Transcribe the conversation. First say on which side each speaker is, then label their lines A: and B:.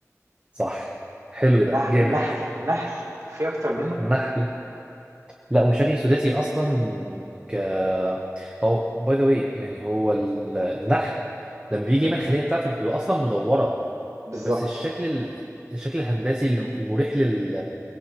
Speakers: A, on the right (about 20°); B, on the right (about 70°).
A: صح حلو ده
B: نح
A: جامد
B: نحل، نحل وفي أكتر منه؟
A: النحل لا والشكل السوداتي اصلا ك هو باي ذا واي يعني هو ال- النحل لما بيجي يعمل الخليه بتاعته بتبقى اصلا مدوره
B: بالضبط.
A: بس الشكل ال... الشكل الهندسي الم- المريح لل